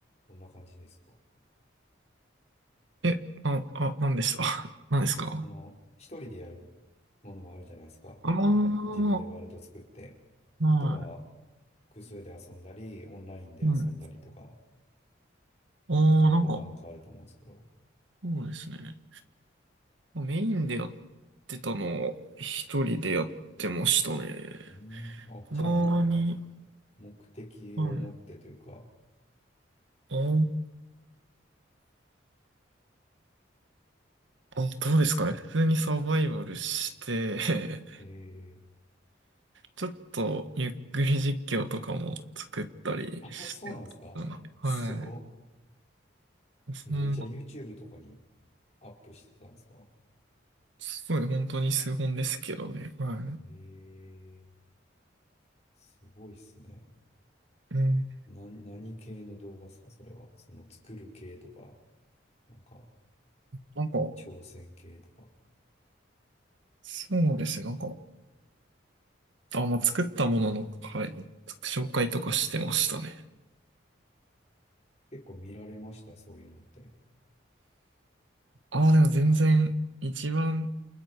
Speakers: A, on the left (about 35°); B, on the right (about 75°).
A: どんな感じですか
B: え、あ、あ、何でした <laughs> 何ですか
A: あの、一人でやるものもあるじゃないですか。
B: ああー、
A: この自分でワールド作って。
B: はい。
A: あとは複数で遊んだり、オンラインで遊んだりとか、
B: うん。ああ、
A: 何パターンかあると思うんですけど。
B: なんか、そうですね。メインでやってたのを一人でやってましたね。
A: うーん、あ、
B: たまに、
A: じゃあなんか目的を持ってというか、
B: はい。あーあ、どうですかね。普通にサバイバルして、
A: え
B: ちょっとゆっくり実況とかも作ったりしてたなは
A: あ、そうなんですかすごっ。
B: い。そんな、
A: えー、じゃあ YouTube とかにアップしてたんですか
B: すごい本当に数本ですけどね、は
A: えー、すごいっすね。
B: い。うん。
A: な、何系の動画ですかそれは。その作る系とか、なんか
B: なんか、
A: 挑戦系とか。
B: そうですね、なんか、あ、まあ、作ったものの、はい、紹介とかしてましたね。
A: 結構見られました、そういうのって。
B: ああ、でも全然、一番